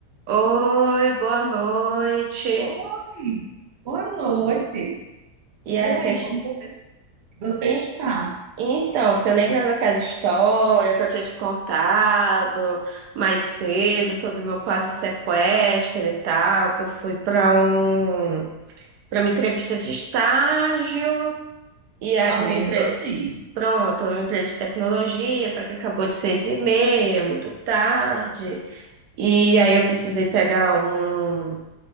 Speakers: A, on the right; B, on the right.
A: Oi, boa noite.
B: Oi, boa noite.
A: E aí,
B: E aí,
A: vocês...
B: como você, você
A: E-
B: está?
A: Então, você lembra daquela história que eu tinha te contado mais cedo sobre o meu quase sequestro e tal, que eu fui para um para uma entrevista de estágio e aí
B: Ah,
A: uma
B: lembro
A: empresa
B: sim.
A: pronto, numa empresa de tecnologia, só que acabou de seis e meia, muito tarde. E aí eu precisei pegar um